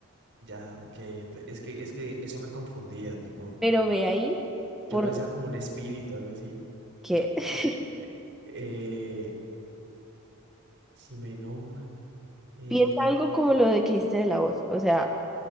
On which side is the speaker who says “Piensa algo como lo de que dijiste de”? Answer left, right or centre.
Centre